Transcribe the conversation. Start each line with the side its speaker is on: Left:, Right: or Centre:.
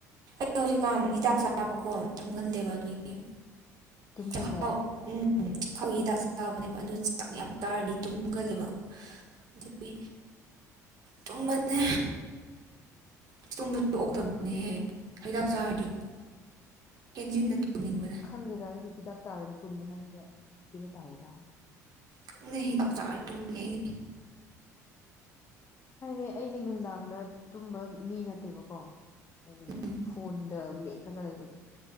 Right: ꯑꯩ ꯍꯧꯖꯤꯛꯀꯥꯟ ꯍꯤꯗꯥꯛ ꯆꯥꯕꯀꯣ ꯇꯨꯝꯒꯟꯂꯦꯕ ꯑꯗꯨꯒꯤ
Left: ꯇꯨꯝꯒꯜꯂꯦ
Right: ꯥ <unintelligible> ꯎꯝ ꯎꯝ ꯆꯈꯥꯎꯒꯤ ꯍꯤꯗꯥꯛ ꯆꯥꯕꯅꯦꯕ ꯑꯗꯨ ꯆꯥꯛ ꯌꯥꯝ ꯆꯥꯔꯗꯤ ꯇꯨꯝꯒꯜꯂꯦꯕ ꯑꯗꯨꯒꯤ ꯇꯨꯝꯕꯅꯦ ꯏꯁ ꯇꯨꯝꯡꯕꯖꯦ ꯑꯣꯛꯇꯕꯅꯦꯍꯦ ꯍꯤꯗꯥꯛ ꯆꯥꯔꯗꯤ ꯍꯦꯟꯖꯤꯟꯅ ꯇꯨꯝꯅꯤꯡꯕꯅꯦ
Left: ꯈꯪꯗꯦꯗ ꯑꯩꯗꯤ ꯍꯤꯗꯥꯛ ꯆꯥꯔꯒ ꯇꯨꯝꯃꯦ ꯍꯥꯏꯁꯦ ꯉꯁꯤꯗ ꯇꯥꯏꯌꯦꯗ
Right: ꯈꯪꯗꯦ ꯍꯤꯗꯥꯛ ꯆꯥꯔ ꯇꯨꯝꯃꯦ ꯑꯩ
Left: ꯍꯥꯏꯗꯤ ꯑꯩꯖꯦ ꯅꯨꯡꯗꯥꯡꯗ ꯇꯨꯝꯕ ꯃꯤ ꯅꯠꯇꯦꯕꯀꯣ ꯍꯥꯏꯗꯤ
Right: ꯎꯝ
Left: ꯐꯣꯟꯗ ꯃꯦꯠꯂꯒ ꯂꯩꯕꯗꯣ